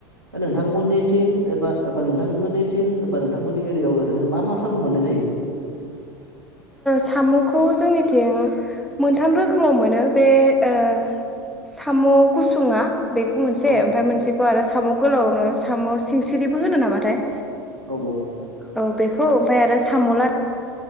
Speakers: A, on the right (about 85°); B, in the centre.
A: नोंथांमोननि थिं एबा एबा नोंथांमोननि सिं एबा नोंथांमोननि एरियायाव ओरैनो मा मा साबु मोननाय जायो?
B: साम'खौ जोंनिथिं मोनथाम रोखोमाव मोनो बे ओ साम' गुसुङा बेखौ मोनसे
A: औ
B: ओमफफ्राय आरो साम' गोलावनो साम' सिंसिरिबो होनो नामाथाय
A: औ औ।
B: औ बेखौ ओमफफ्राय आरो साम' <unintelligible>